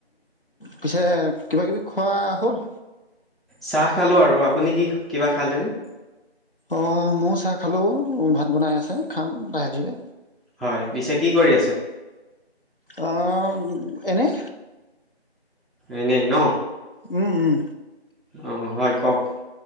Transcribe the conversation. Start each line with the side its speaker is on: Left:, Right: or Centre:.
Left: পিছে কিবা কিবি খোৱা হ'ল?
Centre: চাহ খালোঁ আৰু। আপুনি কি কিবা খালেনে?
Left: অ ময়ো চাহ খালো, ভাত বনাই আছে খাম লাহে ধিৰে।
Centre: হয়, পিছে কি কৰি আছে?
Left: অহ এনেই।
Centre: এনেই ন।
Left: উম উম।
Centre: অ হয় কওক